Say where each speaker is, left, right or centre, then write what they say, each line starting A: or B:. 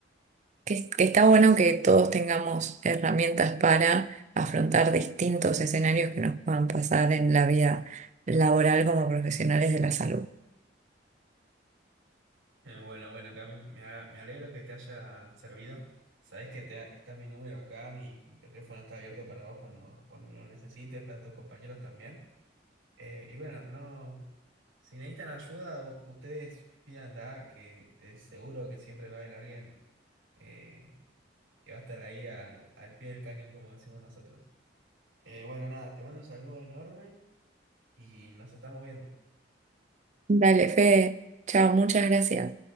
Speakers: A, on the right; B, on the right.
A: que, que está bueno que todos tengamos herramientas para afrontar distintos escenarios que nos puedan pasar en la vida laboral como profesionales de la salud.
B: Eh, Bueno, bueno, Cami, me, a- me alegro que te haya servido. Sabés que te- está mi número acá, mi, mi teléfono está abierto para vos cuando, cuando lo necesites, para tus compañeros también. Eh, y bueno, no, si necesitan ayuda, u- ustedes pídanla, que es seguro que siempre va a haber alguien eh, que va a estar ahí al, al pie del cañón, como decimos nosotros. Eh, bueno, nada, te mando un saludo enorme y nos estamos viendo.
A: Dale, Fede. Chao, muchas gracias.